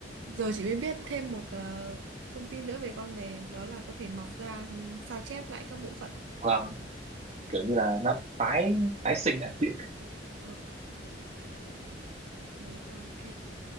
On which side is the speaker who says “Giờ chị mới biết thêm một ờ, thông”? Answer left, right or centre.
Right